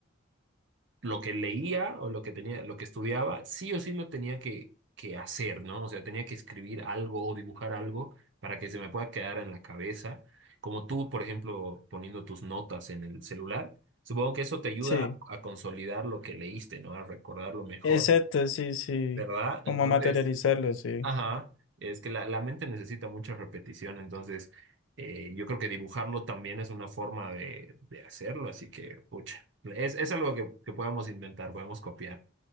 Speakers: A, on the right; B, on the left.
A: lo que leía o lo que tenía, lo que estudiaba, sí o sí lo tenía que, que hacer, ¿no? O sea, tenía que escribir algo o dibujar algo para que se me pueda quedar en la cabeza. Como tú, por ejemplo, poniendo tus notas en el celular, supongo que eso te ayuda
B: Sí,
A: a, a consolidar lo que leíste, ¿no? A recordarlo mejor,
B: exacto, sí, sí,
A: ¿verdad?
B: como
A: Entonces...
B: materializarlo, sí.
A: Ajá, es que la, la mente necesita mucha repetición, entonces eh, yo creo que dibujarlo también es una forma de, de hacerlo, así que, pucha, es, es algo que, que podemos intentar, podemos copiar.